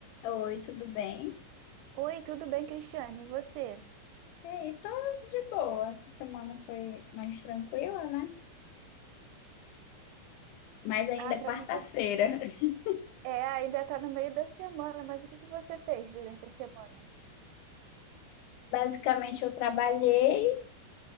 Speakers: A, on the left; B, on the right.
A: Oi, tudo bem?
B: Oi, tudo bem, Cristiane? E você?
A: E aí, tô de boa. Essa Semana foi mais tranquila, né? Mas ainda
B: Ah,
A: é
B: pra
A: quarta-feira.
B: mim também.
A: <laughs>
B: É, ainda tá no meio da semana, mas o que que você fez durante a semana?
A: Basicamente, eu trabalhei